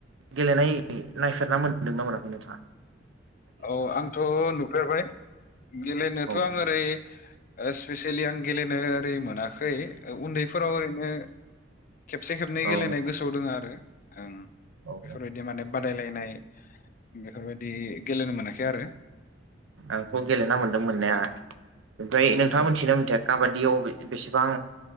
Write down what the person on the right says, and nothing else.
गेलेनाय नायफेरना मोन्दोंना मोनाखै नोंथांङा?
औ
औ
औ
आंथ' गेलेना मोनदों मोननाया
ओमफ्राय नोंथांङा
मिथिना मिथिया काबादियाव बे बेसेबां